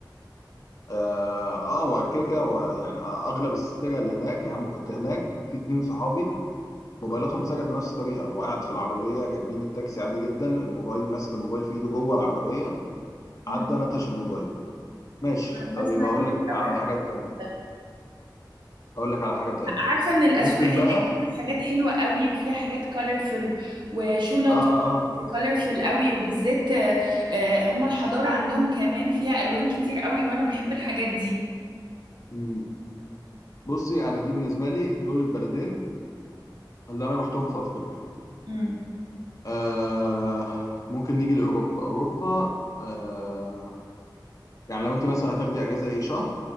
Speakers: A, on the left (about 40°); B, on the right (about 70°).
A: اه هو كده كده هو يعني اغلب السرقه اللي هناك يا عم كنت هناك في اتنين صحابي موبايلاتهم اتسرقت بنفس الطريقه هو قاعد في العربيه راكبين التاكسي عادي جدا الموبايل ماسك الموبايل في ايده جوه العربيه
B: مم.
A: عدى نتش الموبايل ماشي
B: انا
A: طيب
B: بسمع
A: اقول
B: كتير
A: لك على
B: قوي عن
A: حاجه تانية
B: ده
A: اقول لك على حاجه تانية
B: عارفه ان الاسواق
A: ممكن بقى
B: هناك فيها حاجات حلوه قوي وفيها حاجات كولرفل وشنط
A: اه اه اه
B: كولرفل قوي وبالذات آه، آه، هم الحضاره عندهم كمان فيها الوان كتير قوي وانا بحب الحاجات دي
A: مم. بصي انا دي بالنسبه لي دول البلدين اللي انا رحتهم في افريقيا
B: امم
A: آه ممكن نيجي لاوروبا اوروبا آه يعني لو انت مثلا هتاخدي اجازه اي شهر